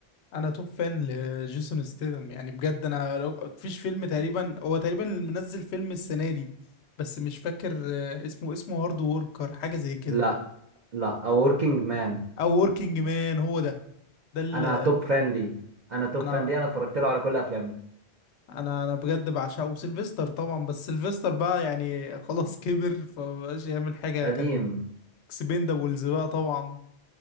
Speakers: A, on the left (about 85°); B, on the right (about 50°).
A: انا توب فان لجيسون ستيثم يعني بجد انا لو مفيش فيلم تقريبا هو تقريبا اللي منزل فيلم السنة دي بس مش فاكر آه، اسمه اسمه هارد ووركر حاجة زي كده
B: لا لا A Working Man
A: او وركينج مان هو ده ده اللي
B: انا توب فان ليه انا توب
A: انا
B: فان ليه انا اتفرجت له على كل افلامه
A: انا انا بجد بعشقه سيلفستر طبعا بس سيلفستر بقى يعني خلاص كبر فمبقاش يعمل حاجة
B: قديم
A: كان اكسبندابلز بقى طبعا